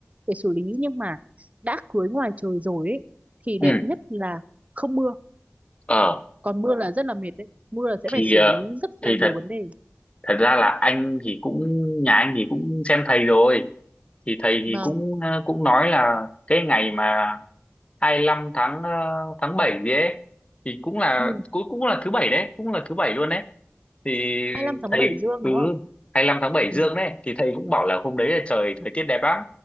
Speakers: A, on the right; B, on the left.
A: để xử lý nhưng mà đã cưới ngoài trời rồi ấy, thì đẹp
B: ừ
A: nhất là không mưa
B: ờ
A: còn mưa là rất là mệt đấy mưa là sẽ
B: thì
A: phải xử
B: ờ,
A: lý rất
B: thì
A: là nhiều
B: thật
A: vấn đề
B: thật ra là anh thì cũng nhà anh thì cũng xem thầy rồi thì thầy thì
A: mà
B: cũng ờ, cũng nói là cái ngày mà 25 tháng ờ, tháng 7 gì ấy thì cũng là
A: ừ.
B: cũng cũng là thứ bảy đấy cũng là thứ bảy luôn đấy thì
A: 25 tháng
B: thầy
A: 7 Dương
B: ừ
A: đúng không
B: hai lăm tháng bảy
A: ừ.
B: dương đấy thì thầy cũng bảo là hôm đấy là trời thời tiết đẹp lắm